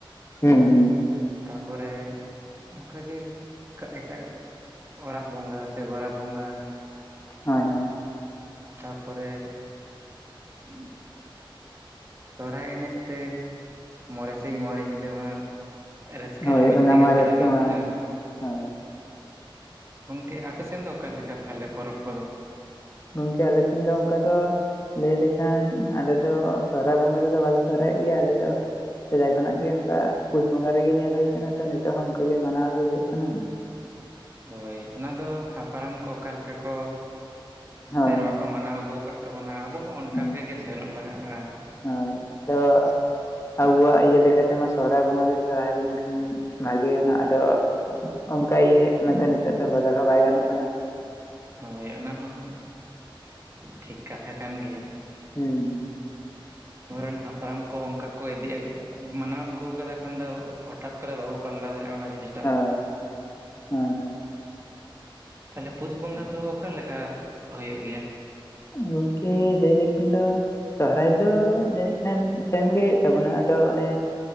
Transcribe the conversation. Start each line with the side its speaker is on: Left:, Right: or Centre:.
Left: ᱦᱩᱸ ᱦᱩᱸ
Right: ᱛᱟᱯᱚᱨᱮ ᱚᱝᱠᱟᱜᱮ ᱮᱴᱟᱜ ᱚᱲᱟᱜ ᱵᱚᱸᱜᱟ ᱥᱮ ᱜᱳᱨᱟ ᱵᱚᱸᱜᱟ᱾
Left: ᱦᱳᱭ ᱦᱳᱭ
Right: ᱛᱟᱯᱚᱨᱮ <unintelligible> ᱥᱚᱦᱨᱟᱭ ᱮᱱᱮᱡᱛᱮ ᱢᱚᱬᱮ ᱥᱤᱧ ᱢᱚᱬᱮ ᱧᱤᱫᱟᱹ ᱢᱟ ᱨᱟᱹᱥᱠᱟᱹ
Left: ᱦᱳᱭ
Right: ᱨᱚᱢᱚᱡᱽ
Left: ᱚᱱᱟ
Right: ᱛᱮᱜᱮ
Left: ᱢᱟ ᱨᱟᱹᱥᱠᱟᱹ
Right: ᱛᱮᱦᱮᱱ ᱦᱩᱭᱩᱜ
Left: ᱢᱟ
Right: ᱛᱟᱦᱮᱸᱜᱼᱟ᱾
Left: ᱦᱳᱭ
Right: ᱜᱚᱝᱠᱮ ᱟᱯᱮ ᱥᱮᱱ ᱫᱚ ᱚᱠᱟ ᱞᱮᱠᱟ ᱛᱟᱦᱚᱞᱮ ᱯᱚᱨᱚᱵᱽ ᱠᱚᱫᱚ?
Left: ᱜᱚᱝᱠᱮ ᱟᱞᱮ ᱥᱮᱱ ᱫᱚ ᱚᱝᱠᱟ ᱫᱚ ᱞᱟᱹᱭ ᱞᱮᱠᱷᱟᱱ ᱟᱞᱮ ᱫᱚ ᱥᱚᱨᱦᱟᱭ ᱵᱚᱸᱜᱟ ᱨᱮᱫᱚ ᱵᱟᱞᱮ ᱥᱚᱨᱦᱟᱭᱚᱜ ᱜᱮᱭᱟ ᱟᱞᱮ ᱫᱚ᱾ ᱥᱮᱫᱟᱭ ᱠᱷᱚᱱᱟᱜ ᱜᱮ ᱚᱝᱠᱟ ᱯᱩᱥ ᱵᱚᱸᱜᱟ ᱨᱮᱜᱮ ᱧᱮᱞ ᱦᱳᱭ ᱠᱟᱱᱟ ᱛᱚ ᱱᱤᱛᱚᱜ ᱦᱚᱸ ᱚᱝᱠᱟ ᱜᱮ ᱢᱟᱱᱟᱣ ᱟᱹᱜᱩ ᱦᱩᱭᱩᱜ ᱠᱟᱱᱟ᱾
Right: ᱦᱳᱭ ᱚᱱᱟ ᱫᱚ ᱦᱟᱯᱲᱟᱢ ᱠᱚ ᱚᱠᱟᱞᱮᱠᱟ ᱠᱚ
Left: ᱦᱳᱭ
Right: ᱥᱮᱨᱣᱟ
Left: ᱦᱳᱭ
Right: ᱠᱚ ᱢᱟᱱᱟᱣ ᱟᱹᱜᱩ ᱠᱟᱜᱣᱟ ᱛᱟᱵᱚᱱᱟ ᱟᱵᱚ ᱦᱚᱸ ᱚᱱᱠᱟ
Left: ᱦᱳᱭ
Right: ᱞᱮᱠᱟᱜᱮ ᱥᱮᱱᱚᱜ ᱞᱟᱦᱟᱜᱼᱟ᱾
Left: ᱦᱳᱭ ᱟᱫᱚ ᱟᱵᱩᱣᱟᱜ ᱤᱭᱟᱹ ᱞᱮᱠᱟᱛᱮᱢᱟ ᱥᱚᱦᱚᱨᱟᱭ ᱵᱚᱸᱜᱟ ᱨᱮ ᱥᱚᱨᱟᱭ ᱞᱮᱱᱠᱷᱟᱱ ᱵᱷᱟᱜᱮᱭᱟᱱᱟ ᱟᱫᱚ ᱚᱱᱠᱟ ᱜᱮ ᱦᱮᱡ ᱱᱟᱛᱚ ᱱᱤᱛᱚᱜ ᱫᱚ ᱵᱚᱫᱚᱞ ᱦᱚᱸ ᱵᱟᱭ ᱜᱟᱱᱚᱜ ᱠᱟᱱᱟ
Right: ᱦᱳᱭ ᱚᱱᱟ ᱦᱚᱸ ᱴᱷᱤᱠ ᱠᱟᱛᱷᱟ ᱠᱟᱱ ᱜᱮᱭᱟ᱾
Left: ᱦᱩᱸ
Right: ᱟᱵᱚᱨᱮᱱ ᱦᱟᱯᱲᱟᱢ ᱠᱚ ᱚᱱᱠᱟ ᱠᱚ ᱤᱫᱤ ᱢᱟᱱᱟᱣ ᱟᱹᱜᱩ ᱟᱠᱟᱫᱟ ᱠᱷᱟᱱ ᱫᱚ ᱦᱚᱴᱟᱛ ᱠᱚᱨᱮ ᱵᱟᱵᱚ ᱯᱟᱞᱴᱟᱣ ᱫᱟᱲᱮᱭᱟᱜᱼᱟ ᱚᱱᱟ ᱡᱤᱱᱤᱥ
Left: ᱦᱳᱭ ᱦᱳᱭ ᱦᱳᱭ
Right: ᱛᱟᱦᱚᱞᱮ ᱯᱩᱥ ᱵᱚᱸᱜᱟ ᱫᱚ ᱚᱠᱟ ᱞᱮᱠᱟ ᱦᱩᱭᱩᱜ ᱜᱮᱭᱟ?
Left: ᱜᱚᱢᱠᱮ ᱫᱟᱹᱭ ᱞᱮᱠᱷᱟᱱ ᱫᱚ ᱥᱚᱦᱚᱨᱟᱭ ᱫᱚ ᱡᱟᱹᱱᱤᱡ ᱠᱷᱟᱱ ᱥᱮᱢᱜᱮ ᱦᱩᱭᱩᱜ ᱛᱟᱵᱚᱱᱟ ᱟᱫᱚ ᱚᱱᱮ